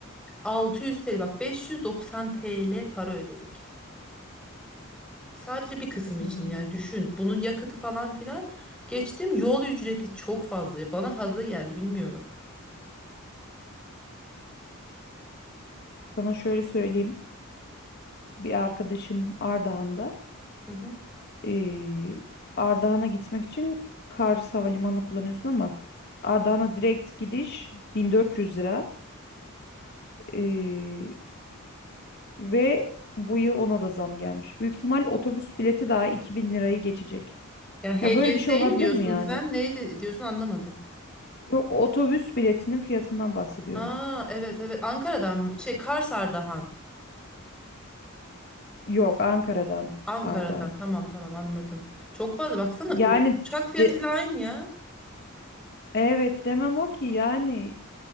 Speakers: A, in the centre; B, on the left.
A: 600 TL bak 590 TL para ödedik. Sadece bir kısım
B: Hmm.
A: için yani düşün. Bunun yakıtı falan filan geçtim. Yol ücreti çok fazla. Bana fazla geldi bilmiyorum.
B: Sana şöyle söyleyeyim. Bir arkadaşım Ardahan'da.
A: Hı hı.
B: E, Ardahan'a gitmek için Kars Havalimanı kullanıyorsun ama Ardahan'a direkt gidiş 1400 lira. E, Ve bu yıl ona da zam gelmiş. Büyük ihtimal otobüs bileti daha 2000 lirayı geçecek.
A: Ya HGS'yi
B: Ya böyle bir şey olabilir
A: mi diyorsun
B: mi yani?
A: sen? Neydi diyorsun anlamadım.
B: Yok otobüs biletinin fiyatından bahsediyorum.
A: Aa evet evet Ankara'dan şey Karsardahan.
B: Yok Ankara'dan
A: Ankara'dan
B: Ardahan.
A: tamam tamam anladım. Çok fazla baksana
B: Yani
A: u- uçak fiyatıyla
B: de-
A: aynı ya.
B: evet demem o ki yani